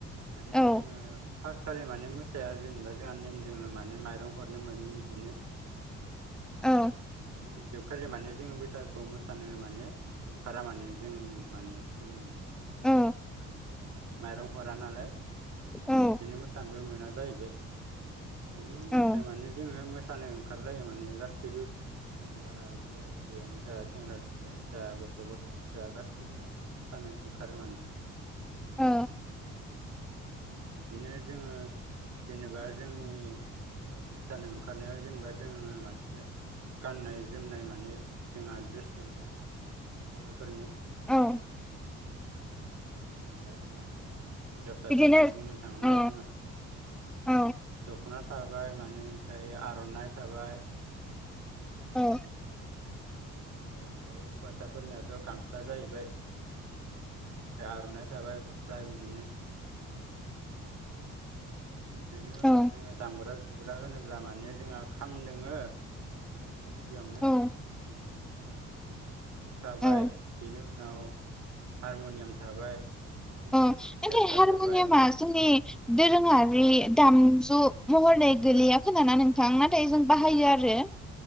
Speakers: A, on the right; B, in the centre.
A: माने
B: औ
A: जोङो फास खालि माने मोसाया जेनेबा जोंहा नेम दोङो माने माइरं हरनो मोनो बिदिनो
B: औ
A: गिबि खेबखालि माने जोङो बैसागुखौ मोसानो माने ओंखारा माने जों माने जोंनि
B: औ
A: मानसिफोरा माने माइरं हरा नालाय
B: औ
A: बिदिनो मोसानोबो मोना जाहैबाय बेनि उननिफ्राय
B: औ
A: माने जोङो मोसानो ओंखारलायो माने गासैबो। जेनेबा बोराय बुरियानो जा सेंग्रा सिख्लायानो जा गथ' गथ' गथायानो जा गाससिबो माने मोसानो ओंखारो माने।
B: औ
A: औ बिदिनो जोङो जेनेबा जोंनि मोसानो ओंखारनायाव जेनेबा जोङो माने गाननाय जोमनाय माने जोंहा द्रेस दङ ना बर'फोरनि
B: औ
A: जेनेबा जोंहा दा हिनजावसाफोरनिखौ
B: बिदिनो
A: बुंनो थाङोब्ला
B: औ
A: जोंहा
B: औ
A: दख'ना थाबाय माने ओमफ्राय आर'नाइ थाबाय
B: औ
A: औ ओमफ्राय हौवासाफोरनियाथ' गामसा जाहैबाय ओमफ्राय आर'नाइ थाबाय दा बिदिनो बेनि उनाव
B: औ
A: जोङो दामग्रा सुग्रा होनोब्ला माने जोंहा खामदोङो फार्स्टआवनो गिबियावनो
B: औ
A: बिनिउनाव सिफुं थाबाय
B: औ
A: बेनि उनाव हारम'नियाम थाबाय। बेनि
B: आ नाथाय
A: उनाव सेरजा
B: हारमुनियामा
A: थाबाय
B: जोंनि दोरोङा रि दामजु महरै गोलैय खोनाना नोंथां नाथाय जों बाहायो आरो